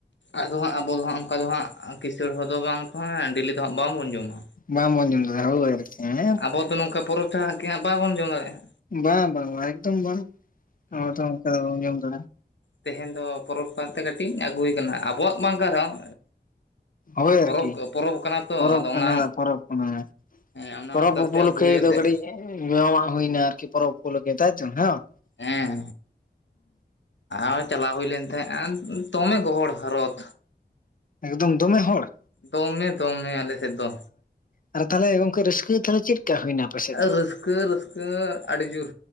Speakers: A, on the left (about 85°); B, on the left (about 50°).
A: ᱟᱫᱚ ᱦᱟᱸᱜ ᱟᱵᱚ ᱫᱚ ᱦᱟᱸᱜ ᱚᱱᱠᱟ ᱫᱚ ᱦᱟᱸᱜ ᱠᱤᱥᱟᱹᱲ ᱦᱚᱲ ᱫᱚ ᱵᱟᱝ ᱦᱮ ᱰᱮᱞᱤ ᱫᱚ ᱦᱟᱸᱜ ᱵᱟᱝᱵᱚᱱ ᱡᱚᱢᱟ᱾
B: ᱵᱟᱝ ᱵᱚᱱ ᱡᱚᱢ ᱫᱟᱲᱮᱭᱟᱜᱼᱟ ᱦᱳᱭ ᱟᱨᱠᱤ ᱦᱮᱸ
A: ᱟᱵᱚᱻ ᱛᱚ ᱱᱚᱝᱠᱟ ᱯᱚᱨᱚᱴᱟ ᱜᱮ ᱦᱟᱸᱜ ᱵᱟᱵᱚᱱ ᱡᱚᱢ ᱫᱟᱲᱮᱭᱟᱜᱼᱟ
B: ᱵᱟ ᱵᱟᱝ ᱵᱟ ᱮᱫᱚᱢ ᱵᱟ, ᱟᱵᱚ ᱫᱚ ᱚᱱᱠᱟ <inaudible>
A: ᱛᱮᱦᱮᱧ ᱫᱚ ᱯᱚᱨᱚᱵᱽ ᱠᱟᱱ ᱛᱮ ᱠᱟᱹᱴᱤᱡ ᱟᱹᱜᱩᱭ ᱟᱠᱟᱱᱟ ᱟᱵᱚᱣᱟᱜ ᱵᱟᱝ ᱠᱟᱱ ᱨᱮᱦᱚᱸ
B: ᱦᱳᱭ
A: ᱯᱚᱨᱚᱵᱽ
B: ᱟᱨᱠᱤ
A: ᱯᱚᱨᱚᱵᱽ ᱠᱟᱱᱟ ᱛᱚ
B: ᱯᱚᱨᱚᱵ
A: ᱟᱫᱚ
B: ᱠᱟᱱᱟ
A: ᱚᱱᱟ
B: ᱫᱟ ᱯᱚᱨᱚᱵ ᱠᱟᱱᱟ
A: ᱦᱮᱸ ᱚᱱᱟ
B: ᱯᱚᱨᱚᱵᱽ
A: ᱚᱱᱠᱟᱛᱮ
B: ᱩᱯᱚᱞᱚᱠᱠᱷᱮ
A: ᱟᱹᱜᱩ ᱠᱟᱛᱮᱫ
B: ᱫᱚ ᱠᱟᱹᱴᱤᱡ ᱧᱩ-ᱟᱜ ᱦᱩᱭᱱᱟ ᱟᱨᱠᱤ ᱯᱚᱨᱚᱵᱽ ᱩᱯᱚᱞᱚᱠᱠᱷᱮ ᱛᱟᱭᱛᱚ ᱦᱮᱸ ᱵᱟᱝ
A: ᱦᱮᱸ ᱟᱨ ᱪᱟᱞᱟᱣ ᱦᱩᱭ ᱞᱮᱱ ᱛᱟᱦᱮᱸᱼᱟ ᱛᱚᱢᱮ ᱜᱚᱦᱚᱲ ᱦᱟᱨᱚᱛ
B: ᱮᱠᱫᱚᱢ ᱫᱚᱢᱮ ᱦᱚᱲ
A: ᱫᱚᱢᱮ ᱫᱚᱢᱮ ᱟᱞᱮ ᱥᱮᱫ ᱫᱚ
B: ᱚᱻᱟᱨ ᱛᱟᱦᱚᱞᱮ ᱜᱚᱝᱠᱮ ᱨᱟᱹᱥᱠᱟᱹ ᱛᱟᱦᱚᱞᱮ ᱪᱮᱫᱠᱟ ᱦᱩᱭᱱᱟ? ᱟᱯᱮ ᱥᱮᱫ ᱫᱚ
A: ᱨᱟᱹᱥᱠᱟᱹ ᱨᱟᱹᱥᱠᱟᱹ ᱟᱹᱰᱤ ᱡᱳᱨ